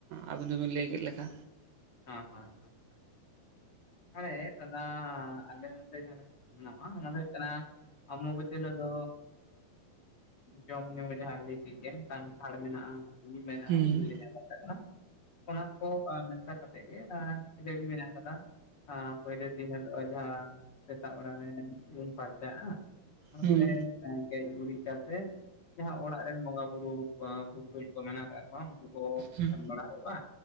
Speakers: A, on the right (about 75°); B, on the left (about 45°).
A: ᱟᱵᱤᱱ ᱦᱚᱸ ᱵᱤᱱ ᱞᱟᱹᱭ ᱠᱮᱫ ᱞᱮᱠᱟ᱾
B: ᱦᱮᱸ ᱦᱮᱸ ᱦᱮᱸ ᱛᱟᱞᱦᱮ ᱫᱟᱫᱟ ᱟᱞᱮ ᱱᱚᱱᱛᱮ ᱡᱟᱦᱟᱸ ᱞᱮᱠᱟᱞᱮ ᱢᱟᱱᱟᱣᱟ ᱚᱱᱟᱫᱚ ᱦᱩᱭᱩᱜ ᱠᱟᱱᱟ ᱚᱢᱵᱚᱵᱚᱛᱤ ᱦᱤᱞᱳᱜ ᱫᱚ ᱡᱚᱢ ᱧᱩ ᱡᱟᱦᱟᱸᱧ ᱞᱮᱭ ᱠᱮᱫ ᱜᱮᱢ ᱠᱟᱱᱴᱷᱟᱲ ᱢᱮᱱᱟᱜᱼᱟ ᱩᱞ ᱢᱮᱱᱟᱜᱼᱟ
A: ᱦᱩᱸ
B: ᱩᱞ ᱵᱮᱞᱮ ᱡᱟᱦᱟᱸᱫᱚ ᱠᱟᱱᱟ ᱚᱱᱟ ᱠᱚ ᱢᱮᱥᱟ ᱠᱟᱛᱮᱜ ᱜᱮ ᱮᱸ ᱠᱷᱟᱹᱡᱟᱹᱲᱤ ᱢᱮᱱᱟᱜ ᱠᱟᱫᱟ ᱯᱳᱭᱞᱳ ᱫᱤᱱ ᱦᱤᱞᱳ ᱡᱟᱦᱟᱸ ᱥᱮᱛᱟᱜ ᱵᱮᱲᱟ ᱞᱮ ᱩᱢ ᱯᱷᱟᱨᱪᱟᱜᱼᱟ ᱛᱟᱯᱚᱨᱮ
A: ᱦᱩᱸ
B: ᱜᱮᱡ ᱜᱩᱨᱤᱡ ᱠᱟᱛᱮ ᱡᱟᱦᱟᱸ ᱚᱲᱟᱜ ᱨᱮᱱ ᱵᱚᱸᱜᱟ ᱵᱩᱨᱩ ᱯᱩᱨᱩᱫᱷᱩᱞ ᱠᱚ ᱢᱮᱱᱟᱜ ᱟᱠᱟᱫ ᱠᱚᱣᱟ ᱩᱱᱠᱩ ᱠᱚ
A: ᱦᱩᱸ
B: ᱮᱢ ᱵᱟᱲᱟ ᱦᱩᱭᱩᱜᱼᱟ